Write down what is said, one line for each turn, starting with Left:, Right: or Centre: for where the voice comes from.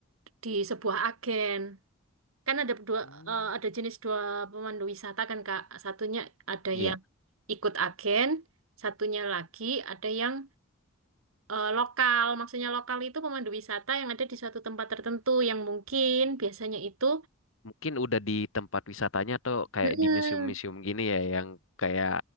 Right: di sebuah agen. Kan ada dua
Left: Hmm.
Right: eh, ada jenis dua pemandu wisata kan Kak. Satunya ada
Left: Iya.
Right: yang ikut agen, satunya lagi ada yang eh, lokal. Maksudnya lokal itu pemandu wisata yang ada di suatu tempat tertentu yang mungkin biasanya itu
Left: Mungkin udah di tempat wisatanya atau kayak
Right: Mm-mm.
Left: di museum-museum gini ya yang kayak